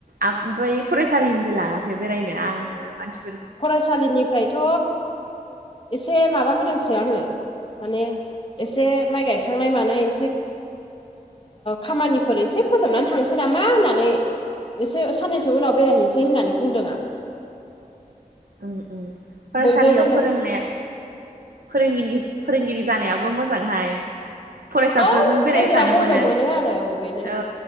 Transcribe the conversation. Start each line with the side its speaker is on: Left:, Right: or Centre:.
Right: ओमफ्राय फरायसालिनिफ्राय लाङाखै बेरायनो आङो मानसि।
Left: फरायसालिनिफ्रायथ' एसे माबा होदोंसो आङो। माने एसे माइ गायखांनाय मानाय एसे खामानिफोर एसे फोजोबनानै थांनोसै नामा होननानै। एसे साननैसो उनाव बेरायहैनोसै होननानै बुंदों आं।
Right: फरायसालियाव
Left: बयबो जेन'
Right: फोरोंनाया फोरोंगिरि फोरोंगिरि जानायाबो मोजांहाय। फरायसाफोरजों
Left: औ
Right: बेरायफानो
Left: गेजेराव बन्द'
Right: मोनो
Left: आरो बेनो
Right: औ